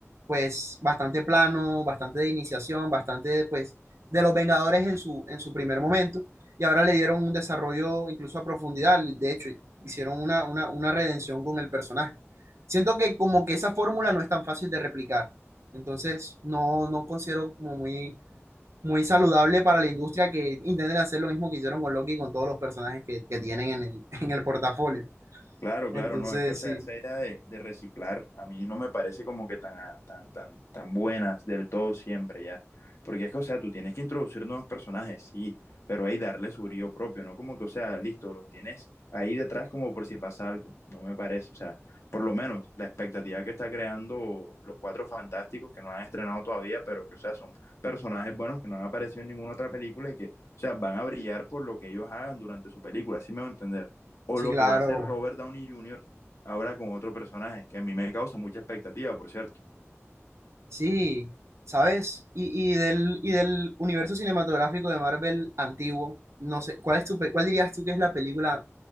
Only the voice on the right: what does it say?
pues, bastante plano, bastante de iniciación, bastante, pues, de los Vengadores en su, en su primer momento. Y ahora le dieron un desarrollo incluso a profundidad. De hecho, hicieron una, una, una redención con el personaje. Siento que como que esa fórmula no es tan fácil de replicar. Entonces, no, no considero como muy muy saludable para la industria que intenten hacer lo mismo que hicieron con Loki y con todos los personajes que, que tienen en el, <laughs> en el portafolio.
Entonces,
sí,
sí,
claro,
sí, ¿sabes? Y, y del, y del universo cinematográfico de Marvel antiguo, no sé, ¿cuál es tu, pe- cuál dirías tú que es la película